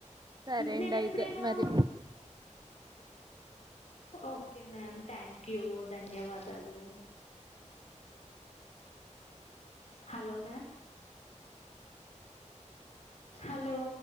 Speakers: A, on the right; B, on the left.
A: సరే
B: నేను
A: అండి అయితే
B: ఎప్పుడైనా
A: మరి
B: ఓకే మ్యామ్ థ్యాంక్ యూ ధన్యవాద్ టలు హలో మ్యామ్ హలో